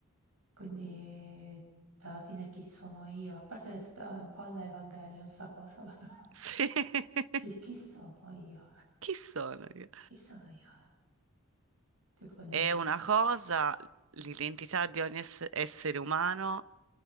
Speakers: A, on the right; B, on the right.
A: Quindi, cioè, alla fine, chi sono io? A parte che sta un po' alla Evangelion, sta cosa. <laughs>
B: Sì, <laughs>
A: Chi, chi sono io?
B: chi sono io?
A: Chi sono io? Tipo le
B: È
A: mille.
B: una cosa, l'identità di ogni ess- essere umano